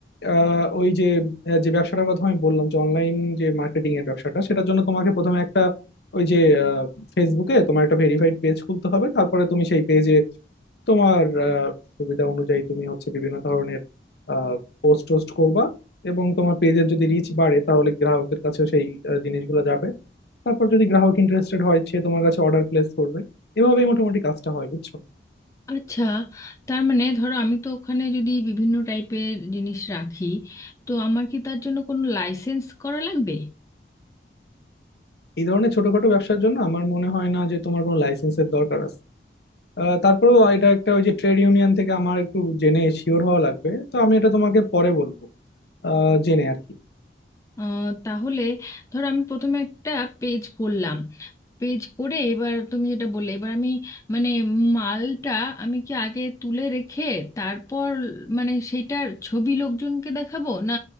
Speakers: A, on the left; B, on the left.
A: আহ, ওই যে আহ, যে ব্যবসাটার কথা আমি বললাম যে অনলাইন যে মার্কেটিং এর ব্যবসাটা সেটার জন্য তোমাকে প্রথমে একটা ওই যে ফেসবুকে তোমার একটা ভেরিফাইড পেজ খুলতে হবে তারপরে তুমি সেই পেজে তোমার আহ, সুবিধা অনুযায়ী তুমি হচ্ছে বিভিন্ন ধরনের পোস্ট টোস্ট করবা এবং তোমার পেজের যদি রিচ বাড়ে তাহলে গ্রাহকদের কাছে সেই আহ, জিনিসগুলো যাবে তারপর যদি গ্রাহক ইন্টারেস্টেড হয় সে তোমার কাছে অর্ডার প্লেস করবে এভাবেই মোটামুটি কাজটা হয় বুঝছো
B: আচ্ছা তার মানে ধরো আমি তো ওখানে যদি বিভিন্ন টাইপের জিনিস রাখি তো আমার কি তার জন্য কোনো লাইসেন্স করা লাগবে
A: এই ধরনের ছোটখাটো ব্যবসার জন্য আমার মনে হয় না যে তোমার কোনো লাইসেন্সের দরকার আছে আহ, তারপরেও এটা একটা ওই যে ট্রেড ইউনিয়ন থেকে আমার একটু জেনে শিওর হওয়া লাগবে তো আমি এটা তোমাকে পরে বলবো আহ, জেনে আর কি
B: আহ, তাহলে ধর আমি প্রথমে একটা পেজ করলাম পেজ করে এবার তুমি যেটা বললে এবার আমি মানে মালটা আমি কি আগে তুলে রেখে তারপর মানে সেটার ছবি লোকজনকে দেখাবো না